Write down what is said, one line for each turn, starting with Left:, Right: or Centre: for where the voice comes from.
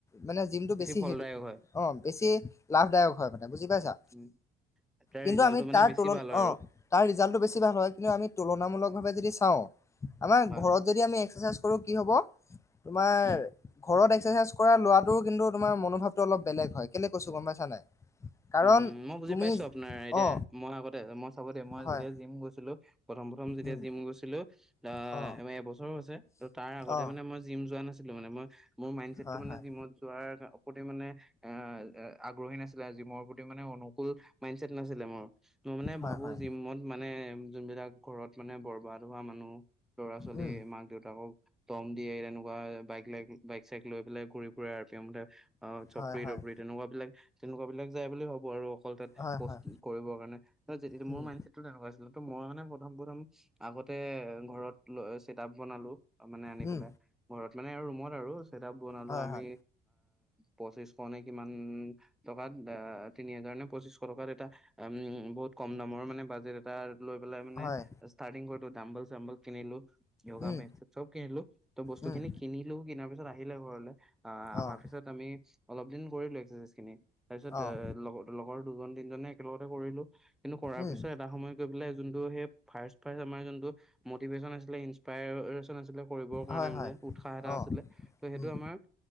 Left: মানে জিমটো বেছি
Centre: ফলদায়ক
Left: হে,
Centre: হয়।
Left: অঁ বেছি লাভদায়ক হয় মানে বুজি পাইছা?
Centre: উম, তাৰ
Left: কিন্তু
Centre: ৰিজাল্টটো
Left: আমি
Centre: মানে
Left: তাৰ
Centre: বেছি
Left: তুলন,
Centre: ভাল হয়
Left: অঁ
Centre: আৰু।
Left: তাৰ ৰিজাল্টটো বেছি ভাল হয় কিন্তু আমি তুলনামূলকভাবে যদি চাও আমাৰ
Centre: হয়,
Left: ঘৰত
Centre: হয়।
Left: যদি এক্সাৰসাইজ কৰো কি হব তোমাৰ ঘৰত,
Centre: উম।
Left: এক এক্সাৰসাইজ কৰা লৰাটোৰ কিন্তু তোমাৰ মনোভাৱটো অলপ বেলেগ হয় কেলেই কৈছো গম পাইছা নাই? কাৰণ
Centre: উম মই বুজি
Left: তুমি
Centre: পাইছো আপোনাৰ এতিয়া
Left: অ
Centre: মই আগতে মই চাব দেই মই
Left: হয়
Centre: যেতিয়া জিম গৈছিলো প্ৰথম প্ৰথম যেতিয়া
Left: উম
Centre: জিম গৈছিলোঁ।
Left: অ
Centre: আৰ এবছৰো হৈছে তো তাৰ আগতে
Left: অ
Centre: মানে মই জিম যোৱা নাছিলোঁ মানে মই মোৰ মাইণ্ডচেটতো
Left: হয়
Centre: মানে
Left: হয়
Centre: জিমত যোৱাৰ মানে এ আগ্ৰহী নাছিলে জিমৰ ম মানে অনুকূল মাইণ্ডচেট নাছিলে মোৰ, মই মানে
Left: হয়
Centre: ভাবো
Left: হয়
Centre: জিমত মানে যোন বিলাক ঘৰত মানে বৰবাত ধৰা মানুহক ল'ৰা ছোৱালী
Left: উম
Centre: মাক দেউতাকক দম দিয়ে তেনেকুৱা বাইক লাইক বাইক চাইক লৈ পেলাই ঘুৰি তেওঁৰ মতে অ' চপৰি
Left: হয় হয়
Centre: তপৰি তেনেকুৱা বিলাক তেনেকুৱা বিলাক যায় বুলি ভাবোঁ। পুআৰু অকল তাত
Left: হয়
Centre: কষ্ট
Left: হয়
Centre: কৰিব কাৰণে যিহেতু
Left: উম
Centre: মোৰ মাইণ্ডছেট তোৰ তেনেকুৱা আছিল। তো মই মানে প্ৰথম প্ৰথম আগতে ঘৰত ল ছেট আপ বনালোঁ মানে আনি
Left: উম
Centre: পেলাই ঘৰত মানে ৰুমত আৰু চেট আপ বনালোঁ
Left: হয়
Centre: আমি
Left: হয়
Centre: পঁচিশশ নে কিমান টকাত। বা তিনি হাজাৰ নে পঁচিশ টকাত এটা উম, বহুত কম দামৰ মানে বাজেট এটা লৈ পেলাই মানে
Left: হয়,
Centre: ষ্টাৰ্টিং কৰোঁতে ডাম্বল চাম্বল কিনিলোঁ যোগা
Left: উম,
Centre: মেট চেট চ'ব কিনিলোঁ তোৰ বস্ত বস্তুখিনি
Left: উম,
Centre: কিনিলোঁ কিনাৰ পিছত আহিল আকৌ ঘৰলে অহাৰ
Left: অ',
Centre: পিছত আমি অলপ দিন কৰিলোঁ এক্সাৰচাইজ খিনি তাৰ পিছত
Left: অ',
Centre: এ লগ লগৰ দুজন তিনজনে একেলগতে কৰিলোঁ। কিন্তু, কৰাৰ
Left: উম,
Centre: পিছত এটা সময় গৈ পেলাই যোনটো সেই ফাৰ্ষ্ট ফাৰ্ষ্ট আমাৰ যোনটো মটিভেশ্যচন আছিলে, ইনস্পেয়াৰ। ত' নাছিলে কৰিবৰ কাৰণে
Left: হয়, হয়।
Centre: মানে উৎসাহ এটা
Left: অ',
Centre: আছিলে ত'সেইটো
Left: উম,
Centre: আমাৰ